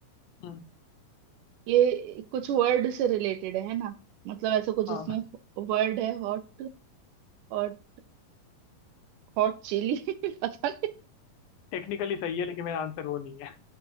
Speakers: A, on the left (about 85°); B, on the right (about 75°).
A: हम्म,
B: ये कुछ वर्ड से रिलेटेड है है ना मतलब ऐसा कुछ
A: हाँ
B: इसमें वर्ड है हॉट हॉट Hot chilli <laughs> पता नहीं
A: टेक्निकली सही है लेकिन मेरा आंसर वो नहीं है